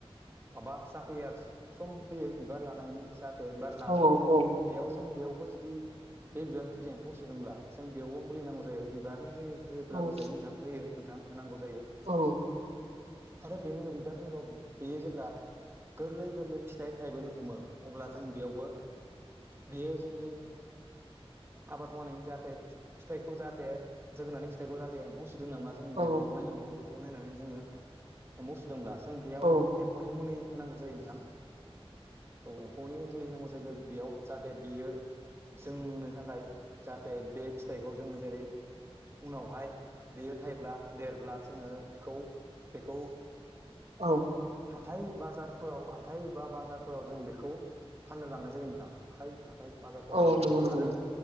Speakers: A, on the right; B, on the right.
A: माबा जाफैयो आरो सम फैयो बिबार लानायनि बार लाङो
B: औ औ
A: बेयाव जों बेयाव जुदि बे बिबारखौ जुदि एम्फौ सोदोंब्ला जों बेयावबो मुलि नांगौ जायो बिबारनि होयो होयोब्लाबो
B: औ
A: जायो नोंथां होयो नोंथां नांगौ।
B: औ
A: आरो बेनि उनाव बिबारनि उनाव बेयो जेब्ला गोरलै गोरलै फिथाइ थायबोनो हमो अब्ला जों बेयावबो बेयो जोंनि आबाद मावनायनि जाहाथे फिथाइखौ जाहाथे जोगोनारनि फिथाइखौ जाहाथे एम्फौ सुदों नामा जों
B: औ
A: बेखौ नायनांगौ बेखौ नायनानै जोङो एम्फौ सुदोंब्ला जों बेयाव
B: औ
A: एम्फौनि मुलि होनांगौ जायो नोंथां औ एम्फौनि मुलि होनांगौ जायग बेयाव जाहाथे बेयो। जोंनो थाखाय जाहाथे बे फिथाइखौ जोङो जेरै उनावहाय बेयो थाइब्ला देरब्ला जोङो बेखौ बेखौ
B: औ
A: हाथाय बाजारफोराव हाथाय बा बाजारफोराव जों बे खौ फाननो लांनाय जायो नोंथां आखाइ हाथाय बाजारफ्राव
B: औ
A: लांनाय
B: नंगौ
A: जायो
B: नंगौ
A: आरो
B: नंगौ